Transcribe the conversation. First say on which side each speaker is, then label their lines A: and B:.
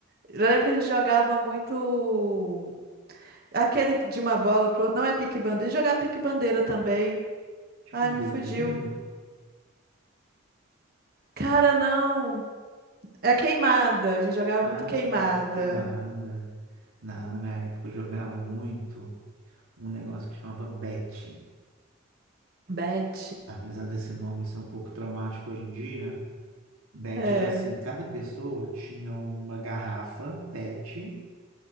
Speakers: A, on the right (about 45°); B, on the right (about 80°).
A: Eu lembro que a gente jogava muito aquele de uma bola pro outro, não é pique-bandeira, a gente jogava pique-bandeira também.
B: tipo
A: Ai,
B: um
A: me
B: golzinho.
A: fugiu. Cara, não. É queimada, a gente jogava
B: Ah,
A: muito queimada.
B: muita queimada. Na, na minha época eu jogava muito um negócio que chamava Bet.
A: bet
B: Apesar desse nome ser um pouco traumático hoje em dia, Bet
A: É,
B: era assim, cada pessoa tinha uma garrafa PET